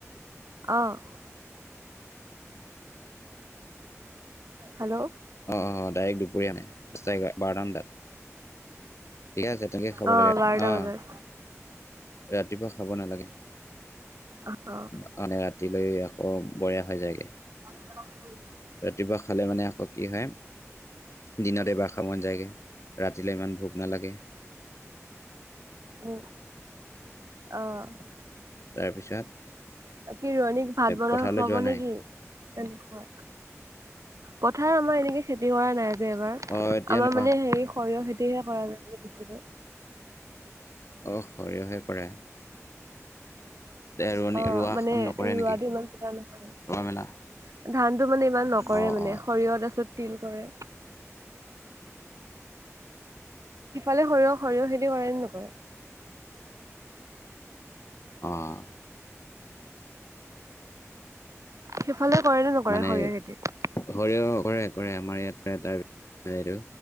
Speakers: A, on the right; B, on the left.
A: অ'। হেল্ল'?
B: অ', ডাইৰেক্ট দুপৰীয়া আনে। দ <unintelligible> বাৰটা মান বজাত ঠিকে আছে তেনেকে খাব
A: অ
B: লাগে
A: বাৰটা
B: অ'।
A: বজাত
B: ৰাতিপুৱা খাব নালাগে
A: অ
B: মানে ৰাতিলৈ আকৌ বয়া হৈ যায়গে।
A: <unintelligible>
B: ৰাতিপুৱা খালে মানে আকৌ কি হয় দিনত এবাৰ খাব মন যায়গে। ৰাতিলৈ ইমান ভোক নালাগে।
A: উম। অ'।
B: তাৰপিছত
A: বাকী ৰোৱনীক ভাত বনাই
B: পথাৰলৈ
A: খুৱাব
B: যোৱা নাই
A: নেকি? নে নোখোৱাই? পথাৰ আমাৰ এনেকে খেতি কৰা নাই যে এইবাৰ
B: অ এতিয়া
A: আমাৰ
B: নকৰা
A: মানে হেৰি সৰিয়হ খেতিহে কৰা যায় বেছিকে
B: অ', সৰিয়হে কৰে। ৰোৱনী
A: অ',
B: ৰোৱা
A: মানে
B: কাম নকৰে
A: ৰোৱাটো
B: নেকি
A: ইমান <unintelligible> নহয়।
B: ৰোৱা মেলা
A: ধানটো মানে ইমান নকৰে
B: অ
A: মানে
B: অ
A: সৰিয়হ তাৰপিছত তিল কৰে। সিফালে সৰিয়হ সৰিয়হ খেতি কৰে নে নকৰে?
B: অ'।
A: সিফালে কৰে নে নকৰে
B: মানে
A: সৰিয়হ খেতি?
B: সৰিয়হ কৰে কৰে আমাৰ ইয়াত কৰে